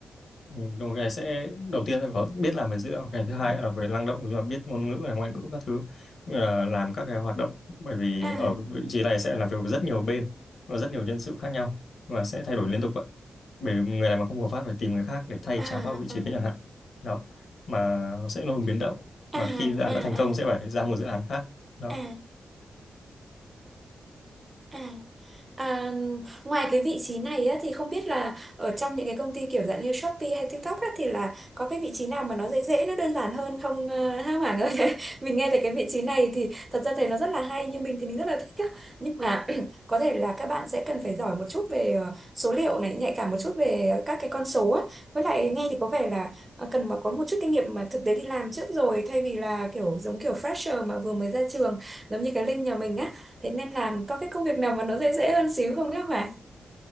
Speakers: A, on the left (about 55°); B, on the right (about 20°).
A: Ừ, đúng cái sẽ đầu tiên là có biết làm về dữ liệu cái thứ hai là về năng động tức là biết ngôn ngữ này ngoại ngữ các thứ ờ, làm các cái hoạt động bởi vì
B: À,
A: ở vị trí này sẽ làm việc với rất nhiều bên và rất nhiều nhân sự khác nhau và sẽ thay đổi liên tục vậy bởi vì người này mà không hợp pháp phải tìm người khác để thay
B: à,
A: cháp vào vị trí
B: à,
A: đấy chẳng hạn đó mà sẽ luôn biến động mà
B: à,
A: khi dự án
B: à,
A: đã thành công
B: à,
A: sẽ phải ra một dự án khác đó
B: à. à. À, ngoài cái vị trí này á, thì không biết là ở trong những cái công ty kiểu dạng như Shopee hay TikTok á, thì là có cái vị trí nào mà nó dễ dễ nó đơn giản hơn không uh, ha Hoàng ơi <laughs> mình nghe thấy cái vị trí này thì thật ra thấy nó rất là hay nhưng mình thì mình rất là thích á nhưng mà <clears throat> có thể là các bạn sẽ cần phải giỏi một chút về ờ, số liệu này nhạy cảm một chút về các cái con số á với lại nghe thì có vẻ là ờ, cần mà có một chút kinh nghiệm mà thực tế đi làm trước rồi thay vì là kiểu giống kiểu fresher mà vừa mới ra trường giống như cái Linh nhà mình á Thế nên làm có cái công việc nào mà nó dễ dễ hơn xíu không các bạn?